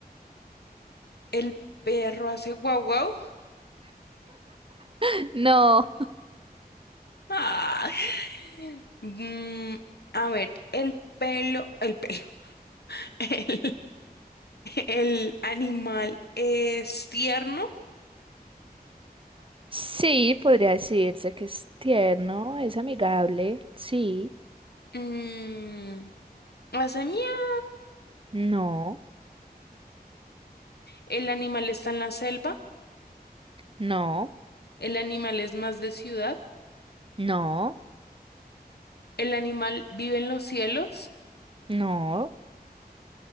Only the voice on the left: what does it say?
El perro hace guau guau.
Ah. <laughs> Mm, a ver, el pelo, el pelo, <laughs> el, el animal es tierno.
Mm, hace miau.
El animal está en la selva,
el animal es más de ciudad,
el animal vive en los cielos,